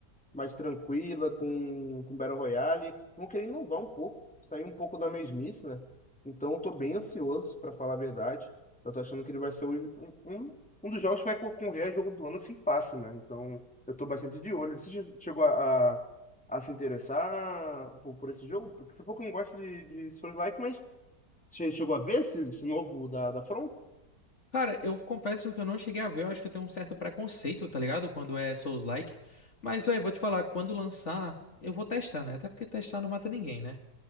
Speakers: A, in the centre; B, on the left.
A: mais tranquila, com, com Battle Royale. Vão querer inovar um pouco, sair um pouco da mesmice, né? Então eu tô bem ansioso, pra falar a verdade. Eu tô achando que ele vai ser o- um, um, um dos jogos que vai concorrer a jogo do ano assim fácil, né? Então eu tô bastante de olho. Você che- chegou a, a, a se interessar por, por esse jogo? Porque você pouco não gosta de, de Souls-like, mas você chegou a ver esse, esse novo da, da Front?
B: Cara, eu confesso que eu não cheguei a ver, eu acho que eu tenho um certo preconceito, tá ligado? Quando é Souls-like. Mas, velho, vou te falar, quando lançar, eu vou testar, né? Até porque testar não mata ninguém, né?